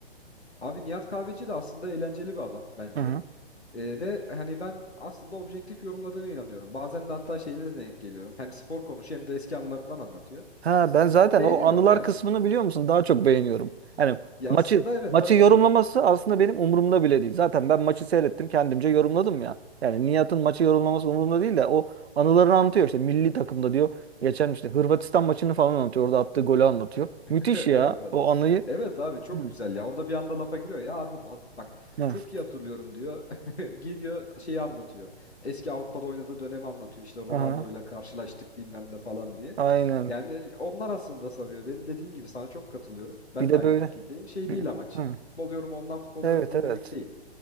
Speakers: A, on the left; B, on the right.
A: Abi Nihat Kahveci de aslında eğlenceli bir adam bence.
B: Hı hı.
A: Ee, ve hani ben aslında objektif yorumladığına inanıyorum. Bazen de hatta şeyine de denk geliyorum. Hem spor konuşuyor hem de eski anılarından anlatıyor.
B: Ha ben
A: Ben
B: zaten
A: beğeniyorum
B: o anılar
A: ya.
B: kısmını biliyor musun? Daha çok beğeniyorum. Hani
A: Ya
B: maçı
A: aslında evet
B: maçı
A: tabii
B: yorumlaması
A: ki.
B: aslında benim umurumda bile değil. Zaten ben maçı seyrettim, kendimce yorumladım ya. Yani Nihat'ın maçı yorumlaması umurumda değil de o anılarını anlatıyor işte milli takımda diyor. Geçen işte Hırvatistan maçını falan anlatıyor. Orada attığı golü anlatıyor.
A: <laughs>
B: Müthiş
A: Evet
B: ya
A: abi.
B: o anıyı.
A: Evet abi çok
B: Hı.
A: güzel ya. Orada bir anda lafa giriyor. Ya abi bak, bak
B: Evet.
A: çok iyi hatırlıyorum diyor. <laughs> Gidiyor şeyi anlatıyor. Eski Avrupa'da oynadığı dönemi anlatıyor. İşte Ronaldo'yla
B: Aha.
A: karşılaştık bilmem ne falan diye.
B: Aynen.
A: Yani onlar aslında sarıyor. Benim dediğin gibi sana çok katılıyorum. Ben
B: Bir de
A: de aynı
B: böyle.
A: fikirdeyim. Şey
B: bir-
A: değil amaç.
B: Hı.
A: Futbol yorumu ondan futbol
B: Evet
A: yorumu dinlemek
B: evet.
A: değil.